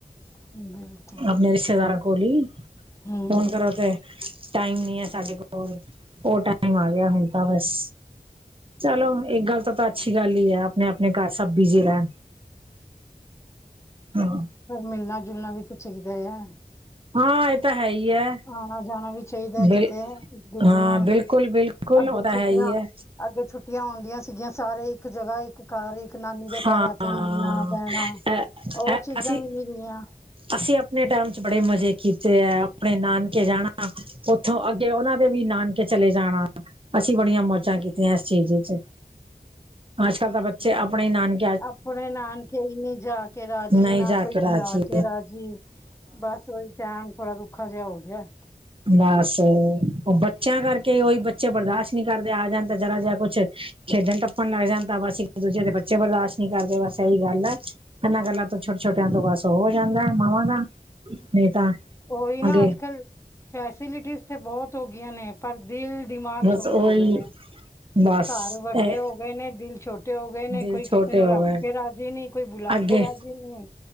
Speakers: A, on the left; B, on the right.
A: ਹ
B: ਆਪਣੇ ਰਿਸ਼ਤੇਦਾਰਾਂ ਕੋੋਲ ਹੀ।
A: ਹੂੰ,
B: ਫੋਨ ਕਰੋ ਤੇ ਟਾਈਮ ਨੀ ਹੈ, ਸਾਡੇ ਕੋਲ ਉਹ ਟਾਈਮ ਆ ਗਿਆ ਹੁਣ ਤਾਂ ਬਸ। ਚਲੋ ਇੱਕ ਗੱਲ ਤਾਂ ਤਾਂ ਅੱਛੀ ਗੱਲ ਹੀ ਹੈ ਆਪਣੇ ਆਪਣੇ ਘਰ ਸਭ ਬੀਜ਼ੀ ਰਹਿਣ। ਹਾਂ
A: ਪਰ ਮਿਲਣਾ ਜੁਲਣਾ ਵੀ ਤਾਂ ਚਾਹੀਦਾ ਆ।
B: ਹਾਂ ਇਹ ਤਾਂ ਹੈ ਹੀ ਹੈ।
A: ਆਉਣਾ ਜਾਣਾ ਵੀ ਚਾਹੀਦਾ
B: ਬਿਲ
A: ਕਿਤੇ ਇੱਕ ਦੂਜੇ
B: ਹਾਂ
A: ਨਾਲ
B: ਬਿਲਕੁਲ ਬਿਲਕੁਲ
A: ਅੱਗੇ
B: ਉਹ ਤਾਂ
A: ਛੁੱਟੀਆਂ
B: ਹੈ ਹੀ ਹੈ
A: ਅੱਗੇ ਛੁੱ। ਛੁਟੀਆਂ ਆਉਂਦੀਆਂ ਸੀਗੀਆਂ ਸਾਰੇ ਇੱਕ ਜਗ੍ਹਾ ਇੱਕ। ਘਰ ਇੱਕ ਨਾਨੀ ਦੇ
B: ਹਾਂ
A: ਘਰ ਆ ਕੇ ਮਿਲਨਾ ਬਹਿਣਾ
B: ਅ
A: ਉਹ ਚੀਜ਼ਾਂ
B: ਅਸੀਂ
A: ਵੀ ਨਹੀਂ ਰਹੀ ਆ।
B: ਅਸੀਂ ਆਪਣੇ ਟਾਈਮ ਚ ਬੜੇ ਮਜ਼ੇ ਕੀਤੇ ਹੈ ਆਪਣੇ ਨਾਨਕੇ ਜਾਣਾ। ਉੱਥੋਂ ਅੱਗੇ, ਉਹਨਾਂ ਦੇ ਵੀ, ਨਾਨਕੇ ਚਲੇ ਜਾਣਾ। ਅਸੀਂ ਬੜੀਆਂ
A: ਹਮ
B: ਮੌਜਾਂ ਕੀਤੀਆਂ। ਇਸ ਚੀਜ਼ ਵਿੱਚ, ਅੱਜ ਕੱਲ ਤਾਂ ਬੱਚੇ, ਆਪਣੇ ਨਾਨ-
A: ਆਪਣੇ ਨਾਨਕੇ ਹੀ, ਨਹੀਂ ਜਾ ਕੇ ਰਾਜੀ,
B: ਨਹੀਂ
A: ਨਾ
B: ਜਾ
A: ਕੋਈ
B: ਕੇ ਰਾਜੀ
A: ਬੁਲਾ ਕੇ ਰਾਜੀ। ਬਸ ਉਹੀ ਟਮ ਥੋੜਾ ਰੁੱਖਾ ਜਿਹਾ ਹੋ ਗਿਆ।
B: ਬਸ ਉਹ ਬੱਚਿਆਂ ਕਰਕੇ ਉਹੀ ਬੱਚੇ ਬਰਦਾਸ਼ਤ। ਨੀ ਕਰਦੇ ਆ ਜਾਂਣ ਤਾਂ ਜ਼ਰਾ ਜਿਹਾ ਕੁਛ ਖੇਡਣ ਟੱਪਣ ਲੱਗ ਜਾਣ, ਤਾਂ ਬਸ ਇੱਕ ਦੂਜੇ ਦੇ ਬੱਚੇ ਬਰਦਾਸ਼ਤ ਨਹੀਂ। ਨਹੀਂ ਕਰਦੇ ਬਸ ਇਹੀ ਗੱਲ ਐ, ਇਹਨਾਂ ਗੱਲਾਂ ਤੋਂ ਛੋਟੇ ਛੋਟਿਆਂ ਤੋਂ ਬਸ ਉਹ ਹੋ ਜਾਂਦਾ ਹੈ ਮਾਵਾਂ ਦਾ। ਨਹੀਂ ਤਾਂ।
A: ਉਹੀ ਨਾ
B: ਅੱਗੇ
A: ਅੱਜ ਕੱਲ ਫੈਸਿਲਿਟੀਜ਼ ਤੇ ਬਹੁਤ ਹੋ ਗਈਆਂ ਨੇ। ਪਰ ਦਿਲ ਦਿਮਾਗ
B: ਬਸ
A: ਛੋਟੇ
B: ਉਹੀ
A: ਹੋ ਗਏ ਨੇ
B: ਬਸ
A: ਘਰ ਵੱਡੇ
B: ਇਹ
A: ਹੋ ਗਏ। ਗਏ ਨੇ ਦਿਲ ਛੋਟੇ ਹੋ ਗਏ ਨੇ
B: ਦਿਲ
A: ਕੋਈ
B: ਛੋਟੇ
A: ਕਿਸੇ ਨੂੰ
B: ਹੋ
A: ਰੱਖ
B: ਗਏ
A: ਕੇ ਰਾਜੀ ਨਹੀਂ ਕੋਈ ਬੁਲਾ
B: ਅੱਗੇ
A: ਕੇ ਰਾਜੀ ਨਹੀਂ।